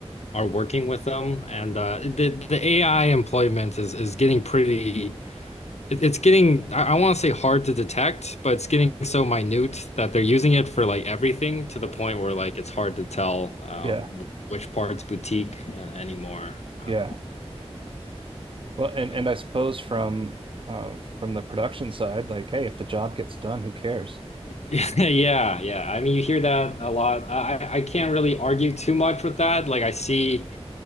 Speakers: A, on the left; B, on the right.
A: are working with them, and uh, the the AI employment is is getting pretty. it, it's getting I, I want to say hard to detect, but it's getting so minute that they're using it for like everything to the point where like it's hard to tell um,
B: Yeah,
A: which part's boutique uh, anymore. Uh,
B: yeah. Well, and
A: <laughs>
B: and I suppose from uh from the production side, like, hey, if the job gets done, who cares?
A: yeah, yeah. I mean, you hear that a lot. I I can't really argue too much with that. Like I see